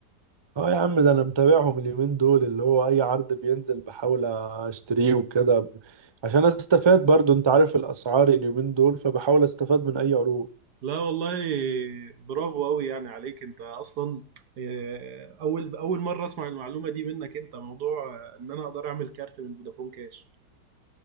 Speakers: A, on the right; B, on the right.
A: اه يا عم ده أنا متابعهم اليومين دول اللي هو أي عرض بينزل بحاول أشتريه وكده ب- عشان أستفاد برضو أنت عارف الأسعار اليومين دول فبحاول أستفاد من أي عروض
B: لا والله برافو قوي يعني عليك أنت أصلا آه، أول أول مرة أسمع المعلومة دي منك أنت موضوع آه، إن أنا أقدر أعمل كارت من فودافون كاش